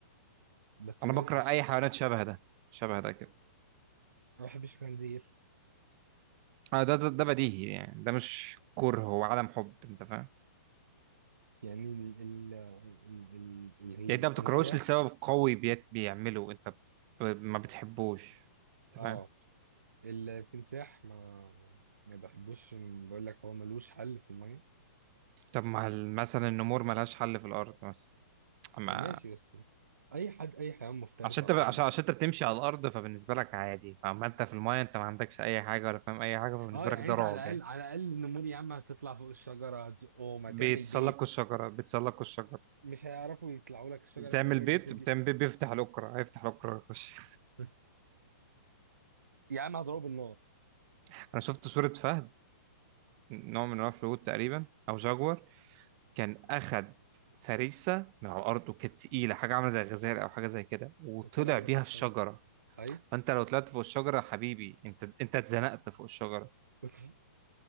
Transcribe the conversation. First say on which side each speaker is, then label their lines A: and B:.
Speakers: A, on the right; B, on the right.
A: بس
B: أنا
A: جامد
B: بكره
A: فشخ
B: أي حيوانات شبه ده شبه ده كده
A: انا ما بحبش الخنزير
B: آه، ده ده ده بديهي يعني ده مش كره هو عدم حب أنت فاهم
A: يعني ال ال ال ال ال-
B: يعني انت ما
A: التمساح
B: بتكرهوش لسبب قوي بيت- بيعمله انت ب... ما بتحبوش انت
A: اه
B: فاهم
A: التمساح ما ما بحبوش بقول لك هو ملوش حل في الميه
B: طب ما ال- مثلا النمور ملهاش حل في الارض مثلا ما
A: ما ماشي بس اي حد اي حيوان مفترس
B: عشان
A: اقوى
B: انت ب... عشان
A: منك
B: عشان انت بتمشي على الارض فبالنسبه لك عادي فاما انت في المايه انت ما عندكش اي حاجه ولا فاهم اي حاجه فبالنسبه
A: اه يعني
B: لك ده
A: انت
B: رعب
A: على
B: يعني
A: الاقل على الاقل نمور يا عم هتطلع فوق الشجره هتزقهم هتعمل
B: بيتسلقوا
A: بيت
B: الشجره بيتسلقوا الشجره
A: مش هيعرفوا يطلعوا لك الشجره
B: بتعمل
A: لانك
B: بيت
A: انت سيبلي
B: بتعمل بيت بيفتح الاكره هيفتح الاكره ويخش
A: <laughs> يا عم هضربه بالنار
B: <laughs> انا شفت صوره فهد نوع من انواع الفهود تقريبا او جاguar كان أخد فريسة من على الأرض وكانت تقيلة حاجة عاملة زي غزال أو حاجة زي كده وطلع
A: وطلع بيها
B: بيها
A: فوق الشجره
B: في الشجرة
A: اي
B: فأنت لو طلعت فوق الشجرة يا حبيبي أنت أنت اتزنقت فوق الشجرة
A: <laughs>